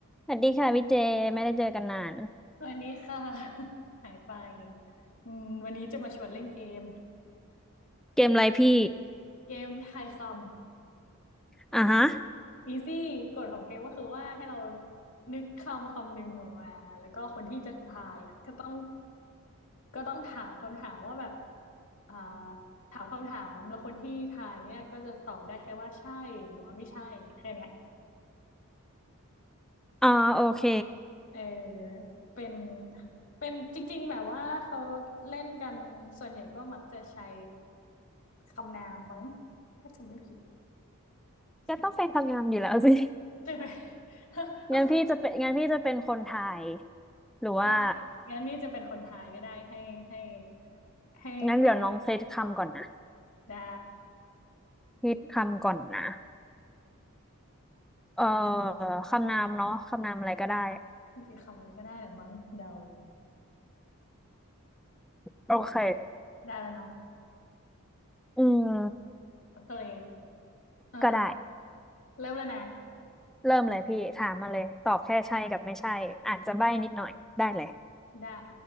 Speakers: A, in the centre; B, on the left.
A: สวัสดีค่ะพี่เจไม่ได้เจอกันนาน
B: สวัสดีค่ะ <laughs> หายไปอืมวันนี้จะมาชวนเล่นเกม
A: เกมอะไรพี่
B: เกมทายคำ
A: อ่าฮะ
B: <laughs> อีซี่กฎของเกมก็คือว่าให้เรานึกคำคำหนึ่งออกมาแล้วก็คนที่จะทายอ่ะก็ต้องก็ต้องถามคำถามว่าแบบอ่าถามคำถามแล้วคนที่ทายเนี่ยก็จะตอบได้แค่ว่าใช่หรือว่าไม่ใช่แค่เนี้ย
A: อ่าโอเค
B: เออเป็นเป็นจริงๆแบบว่าเขาเล่นกันส่วนใหญ่ก็มักจะใช้คำนามมั้งถ้าจำไม่ผิดใช่ไหม
A: ก็ต้องเป็นคำนามอยู่แล้วสิ
B: ใช่ไหม <laughs>
A: <laughs>
B: โอเค
A: งั้นพี่จะเป็นงั้นพี่จะเป็นคนทายหรือว่า
B: ได้งั้นนี่จะเป็นคนทายก็ได้ให้ให้ให้แป้ง
A: งั้นเดี๋ยวน้องเซตคำก่อนนะ
B: ตอบได้
A: คิดคำก่อนนะเอ่อคำนามเนาะคำนามอะไรก็ได้
B: จริงๆคำอะไรก็ได้แหละมั้งเดา
A: โอเค
B: คิดได้แล้วเนาะ
A: อืม
B: โอเคเออ
A: ก็ได้
B: เริ่มแล้วนะ
A: เริ่มเลยพี่ถามมาเลยตอบแค่ใช่กับไม่ใช่อาจจะใบ้นิดหน่อยได้เลย
B: ได้